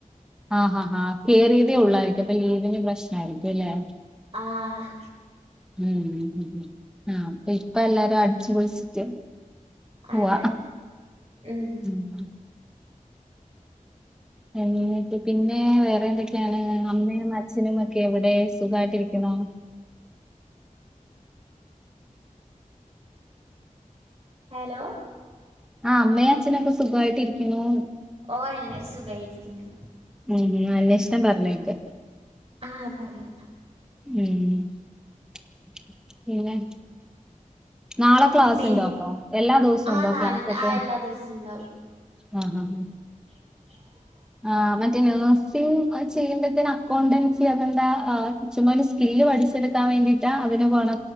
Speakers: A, in the centre; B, on the right.
A: ആഹ് ഹ ഹ കേറിയതേ ഉള്ളായിരിക്കും അപ്പൊ ലീവിന് പ്രശ്നയിരിക്കും അല്ലെ
B: ആഹ്
A: ഉം ആഹ് അപ്പ ഇപ്പ എല്ലാരും അടിച്ചുപൊളിച്ചിട്ട് ഉവ്വ
B: അതെ ഉം
A: മ് <unintelligible> പിന്നെ വേറെ എന്തെ <unintelligible> അമ്മയും അച്ഛനും ഒക്കെ എവിടെ സുഖമായിട്ടിരിക്കണോ
B: ഹലോ
A: ആ അമ്മയും അച്ഛനൊക്കെ സുഖായിട്ടിരിക്കുന്നുന്ന്
B: ഓ എല്ലാരും സുഖായിരിക്കുന്നു
A: ഉം ഉം അന്വേഷണം പറഞ്ഞേക്കെ
B: ആഹ് പറയാ
A: ഉം <unintelligible> പിന്നെ നാളെ ക്ലാസ്ണ്ടോ
B: പി
A: അപ്പൊ എല്ലാ ദിവസം
B: ആ
A: ഉണ്ടോ
B: നാലിണ്ട്
A: ക്ലാസൊക്കെ
B: ആ എല്ലാ ദിവസവും ഉണ്ടാവും
A: ആഹ് ഹ ഹ
B: <unintelligible>
A: ആ മറ്റേ നഴ്സിങ് ചെയ്യേണ്ടതിന് അക്കൗണ്ടൻസി അതെന്താ ചുമ്മാ ഒരു സ്കില്ല് പഠിച്ചെടുക്കാൻ വേണ്ടീട്ടാ അതിന് പോേണ